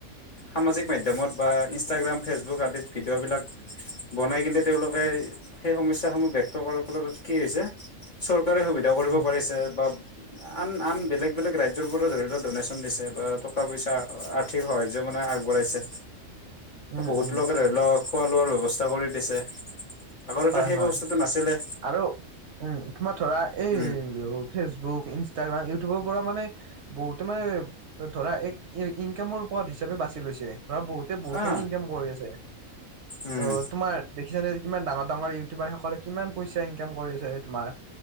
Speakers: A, on the left; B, on the right.
A: সামাজিক মাধ্যমত বা ইনষ্টাগ্ৰাম, ফেচবুক আদিত ভিডিঅ'বিলাক বনাই কিনে তেওঁলোকে সেই সমস্যাসমূহ ব্যক্ত কৰাৰ ফলত কি হৈছে চৰকাৰে সুবিধা কৰিব
B: উম,
A: পাৰিছে বা আন আন বেলেগ বেলেগ ৰাজ্যৰ পৰা ধৰি লওক ডনেশ্যন দিছে বা টকা - পইচা আ ঠিক সহাৰ্য্য মানে আগবঢ়াইছে।
B: উম,
A: বহুত
B: উম,
A: লোকে ধৰি লও খোৱা লোৱাৰ ব্যৱস্থা কৰি দিছে। আগতেতো
B: হয়,
A: সেই
B: হয়
A: ব্ৱস্থাটো নাছিলে
B: আৰু উম তোমাৰ ধৰা এই
A: উম
B: ফেচবুক ইনষ্টাগ্ৰাম ইউটিউবৰ পৰা মানে। বহুতে মানে ধৰা এক ইনকামৰ উপৰত দিছে। হিচাপে বাছি লৈছে ধৰা বহুতে বহুতখিনি
A: অ
B: ইনকাম কৰি আছে।
A: উম
B: অ তোমাৰ দেখিছানে কিমান ডাঙৰ- ডাঙৰ ইউটিউবাৰ সকলে কিমান পইচা ইনকাম কৰিছে তোমাৰ